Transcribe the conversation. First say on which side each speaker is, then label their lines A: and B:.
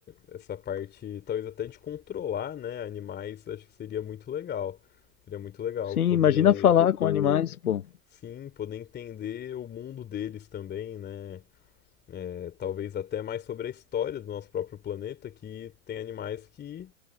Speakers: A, on the left; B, on the left.
A: é, essa parte, talvez até de controlar, né, animais, acho que seria muito legal. Seria muito legal
B: Sim,
A: poder,
B: imagina falar com animais, pô.
A: sim, poder entender o mundo deles também, né? É, talvez até mais sobre a história do nosso próprio planeta, que tem animais que